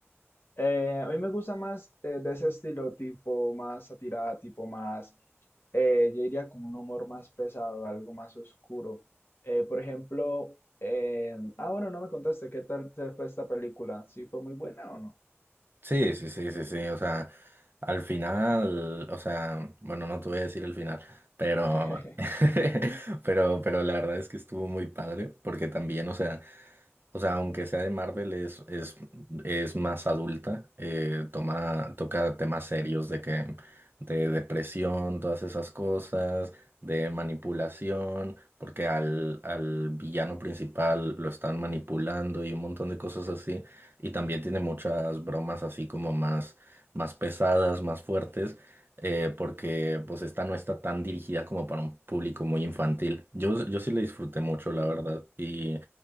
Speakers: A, on the left; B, on the right.
A: Eh, a mí me gusta más eh, de ese estilo, tipo más satirada, tipo más, eh, yo diría con un humor más pesado, algo más oscuro. Eh, por ejemplo, eh, ah, bueno, no me contaste, ¿qué tal te fue esta película? ¿Sí fue muy buena o no?
B: Sí, sí, sí, sí, sí. O sea, al final, o sea, bueno, no te voy a decir el final, pero,
A: <laughs>
B: <laughs> pero, pero la verdad es que estuvo muy padre porque también, o sea, O sea, aunque sea de Marvel, es, es, es más adulta, eh, toma, toca temas serios de que, de depresión, todas esas cosas, de manipulación, porque al, al villano principal lo están manipulando y un montón de cosas así. Y también tiene muchas bromas así como más, más pesadas, más fuertes, eh, porque pues esta no está tan dirigida como para un público muy infantil. Yo, yo sí la disfruté mucho, la verdad. Y